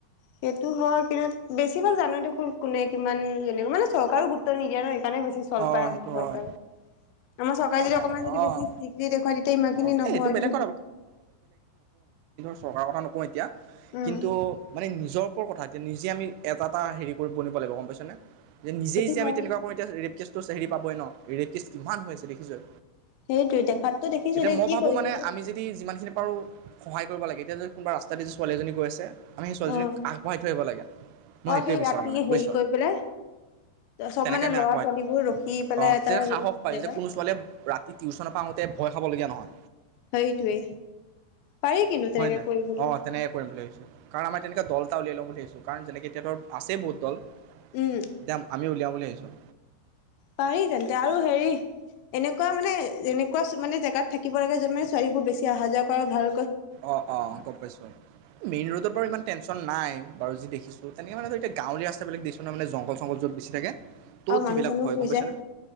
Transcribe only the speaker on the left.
সেইটো হয় কিন্তু বেছি ভাগ জানয়ে দেখোন কোনে কিমান কেনেকৈ মানে চৰকাৰও গুৰুত্ব নিদিয়ে নহ সেইকাৰণে বেছি চল
পায়,
আমাৰ চৰকাৰে,
আমাৰ চৰকাৰে
যদি অকমান যদি
বেছি <unintelligible> দেখুৱাই তেতিয়া ইমানখিনি
নহয়
কিন্তু।
উম
সেইটো
হয়
সেইটোৱে দেখাততো দেখিছো
কি
কৰিম
এতিয়া
অ
অ
সেই
ৰাতি
হেৰি কৰি পেলাই চব
মানে
ল'ৰা
ছোৱালীবোৰ
ৰখি পেলাই
এটা
জেগাত
সেইটোৱে, পাৰি কিন্তু
তেনেকে
কৰিবলৈ।
উম
পাৰি তেন্তে, আৰু হেৰি এনেকুৱা মানে এনেকুৱা মানে জেগাত থাকিব লাগে য'ত মানে ছোৱালীবোৰ বেছি অহা যোৱা কৰা ভাল।
আৰু
মানুহ চানুহ
শুই
যায়